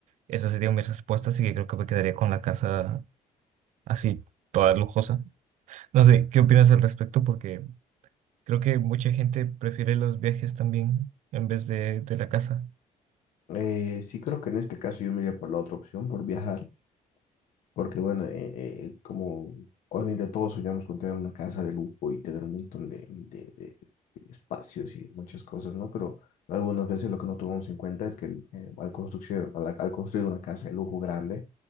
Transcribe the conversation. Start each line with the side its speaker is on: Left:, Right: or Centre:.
Right: esa sería mi respuesta, así que creo que me quedaría con la casa así, toda lujosa. No sé, ¿qué opinas al respecto? Porque creo que mucha gente prefiere los viajes también en vez de, de la casa.
Left: Eh, sí creo que en este caso yo me iría por la otra opción, por viajar, porque bueno, eh, eh, como obviamente todos soñamos con tener una casa de lujo y tener un montón de, de- de espacios y muchas cosas, ¿no? Pero algunas veces lo que no tomamos en cuenta es que eh, al construcción, al al construir una casa de lujo grande,